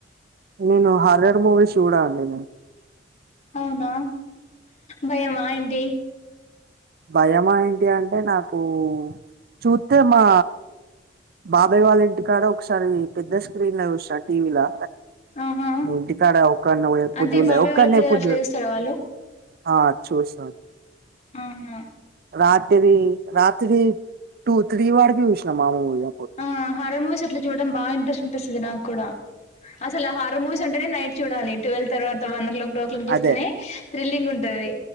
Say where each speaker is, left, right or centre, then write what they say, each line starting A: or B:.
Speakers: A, on the right; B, on the left.
A: నేను హార్రర్ మూవీస్ చూడనండి
B: అవునా భయమా ఏంటి
A: భయమా ఏంటి అంటే నాకు చూస్తే మా బాబాయ్ వాళ్ళ ఇంటికాడ ఒకసారి పెద్ద స్క్రీన్ లో చూసా టీవీ అ
B: ఆహా
A: ఇంటికాడ ఒకన్నే ఎప్పుడు
B: అంటే
A: చూడాలే
B: బాబాయ్
A: ఒక్కన్నే
B: వాళ్ళ పిల్లలు
A: ఎప్పుడు
B: అట్లా
A: చూడాలే
B: చూస్తారా వాళ్ళు
A: ఆ చూసాం
B: ఆహా
A: రాత్రి రాత్రి టూ త్రీ వరకు చూసిన మా ఊరిలో
B: ఆ హార్రర్ మూవీస్ అట్లా చూడడం బా ఇంట్రెస్ట్ అనిపిస్తుంది నాకు కూడా అసలు ఆ హార్రర్ అంటేనే నైట్ చూడాలి ట్వీల్వ్ తర్వాత వన్ ఓ క్లాక్ కు అట్ల చూస్తూనే
A: అదే
B: థ్రిల్లింగ్ ఉంటంది